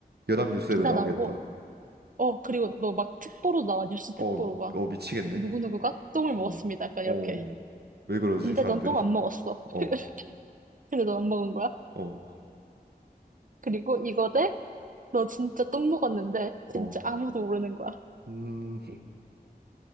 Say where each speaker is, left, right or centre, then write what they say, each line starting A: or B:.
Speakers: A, on the right (about 80°); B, on the right (about 55°).
A: 연합뉴스에도
B: 막 기사
A: 나오겠다.
B: 나오고, 어, 그리고 너 막 특보로 나와. 뉴스 특보로
A: 어,
B: 막,
A: 어 미치겠네.
B: 누구누구가 똥을
A: 어,
B: 먹었습니다. 약간
A: 어.
B: 이렇게.
A: 왜 그러지
B: 근데
A: 사람들이?
B: 넌 똥 안 먹었어.
A: 어,
B: <laughs> 근데 너 안 먹은 거야?
A: 어,
B: 그리고 이거 대, 너 진짜 똥 먹었는데, 진짜
A: 어.
B: 아무도 모르는 거야.
A: 음.